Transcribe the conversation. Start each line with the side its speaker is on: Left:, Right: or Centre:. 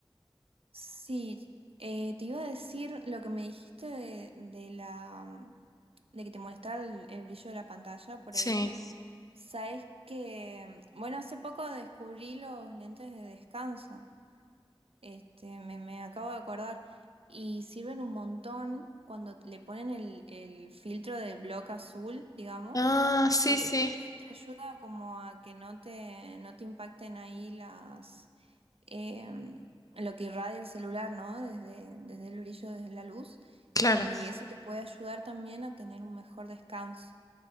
Right: Sí, eh, te iba a decir lo que me dijiste de, de la, mm, de que te molestaba el el brillo de la pantalla por
Left: Sí.
Right: ahí. Sabes que, bueno, hace poco descubrí los lentes de descanso. Este, me, me acabo de acordar. Y sirven un montón cuando le ponen el, el filtro del bloque azul, digamos.
Left: Ah, sí,
Right: Esto,
Left: sí,
Right: eso te ayuda como a que no te, no te impacten ahí las, em, lo que irradia el celular, ¿no? Desde, desde el brillo, desde la luz.
Left: claro.
Right: Y eso te puede ayudar también a tener un mejor descanso.